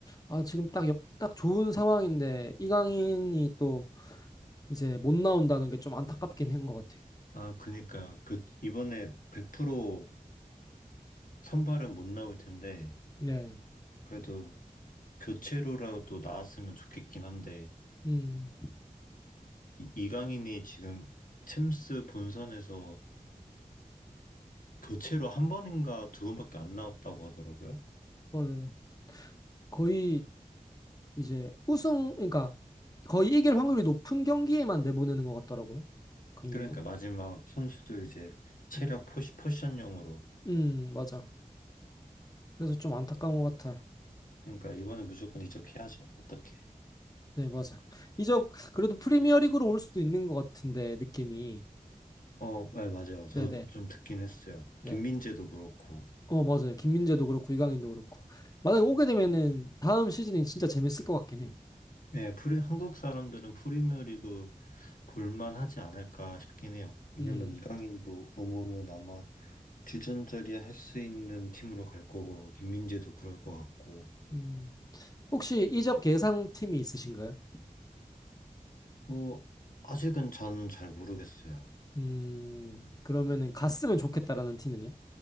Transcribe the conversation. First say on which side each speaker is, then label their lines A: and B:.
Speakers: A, on the left; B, on the left.
A: 아, 지금 딱, 역- 딱 좋은 상황인데 이강인이 또 이제 못 나온다는 게 좀 안타깝긴 한 것 같아요.
B: 아, 그니까 교- 이번에 100% 선발은 못 나올 텐데
A: 네,
B: 그래도 교체로라도 나왔으면 좋겠긴 한데
A: 음,
B: 이, 이강인이 지금 챔스 본선에서 교체로 한 번인가 두 번밖에 안 나왔다고 하더라고요.
A: 어, 네. 거의 이제 우승, 그러니까 거의 이길 확률이 높은 경기에만 내보내는 것 같더라고요, 감독이.
B: 그러니까 마지막 선수도 이제 체력
A: 음,
B: 포시, 포지션용으로.
A: 음, 맞아. 그래서 좀 안타까운 것 같아요.
B: 그러니까 이번에 무조건 이적해야죠. 어떻게?
A: 네, 맞아. 이적 그래도 프리미어리그로 올 수도 있는 것 같은데 느낌이.
B: 어, 네, 맞아요. 저도
A: 네, 네,
B: 뭐 좀 듣긴 했어요.
A: 네.
B: 김민재도 그렇고.
A: 어, 맞아요. 김민재도 그렇고, 이강인도 그렇고. 만약에 오게 되면은 다음 시즌이 진짜 재밌을 것 같긴 해요.
B: 예, 프리, 한국 사람들은 프리미어리그 볼만하지 않을까 싶긴 해요. 왜냐면
A: 음,
B: 이강인도 넘어오면 아마 주전자리에 할 수 있는 팀으로 갈 거고, 김민재도 그럴 것 같고.
A: 음. 혹시 이적 예상팀이 있으신가요?
B: 뭐, 아직은 저는 잘 모르겠어요.
A: 음, 그러면은 갔으면 좋겠다라는 팀은요?